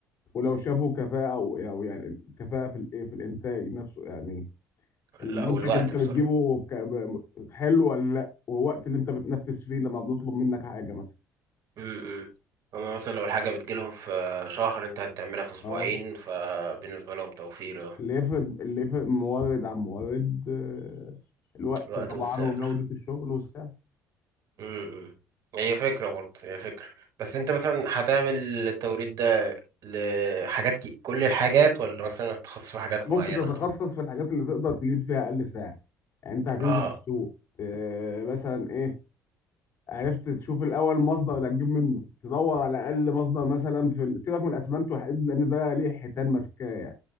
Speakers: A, on the left; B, on the right.
A: ولو شافوا كفاءه او أو يعني كفاءه في الايه في الانتاج نفسه يعني المنتج
B: لا او الوقت
A: اللي انت
B: بسرعة
A: بتجيبه ك- ب- حلو ولا لا والوقت اللي انت بتنفذ فيه لما بنطلب منك حاجه مثلا
B: امم هما مثلا لو الحاجة بتجيلهم في شهر انت هتعملها في اسبوعين
A: اه
B: فبالنسبة لهم توفير اه.
A: اللي يفرق اللي يفرق مورد عن مورد آه، الوقت
B: الوقت
A: طبعا
B: والسعر
A: وجوده الشغل والسعر
B: امم هي فكرة برضه هي فكرة بس انت مثلا هتعمل التوريد ده لحاجات كي... كل الحاجات ولا مثلا هتخصص في حاجات
A: ممكن
B: معينة
A: تتخصص في الحاجات اللي تقدر تجيب فيها اقل سعر يعني انت هتنزل
B: اه
A: السوق آه، مثلا ايه عرفت تشوف الاول مصدر اللي هتجيب منه تدور على اقل مصدر مثلا في ال- سيبك من الاسمنت والحديد لان ده ليه حيتان ماسكاه